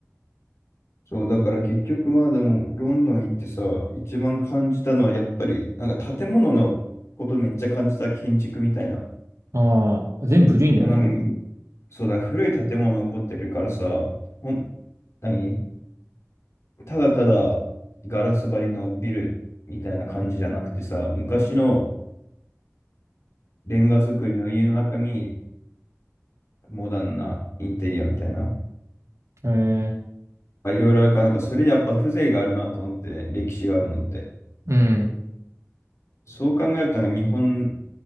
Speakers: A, on the left; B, on the right.
A: そう、だから結局まあでも、ロンドン行ってさ、一番感じたのはやっぱり、なんか建物のことめっちゃ感じた、建築みたいな。
B: ああ、全部古いんだよね。
A: そう、なんかみ、うんそうだ、古い建物残ってるからさ、ほん、何ただただガラス張りのビルみたいな感じじゃなくてさ、昔のレンガ造りの家の中にモダンなインテリアみたいな。
B: へえ。
A: あいろいろあるから、なんかそれでやっぱ風情があるなと思って、歴史があるのって。
B: うん。
A: そう考えると日本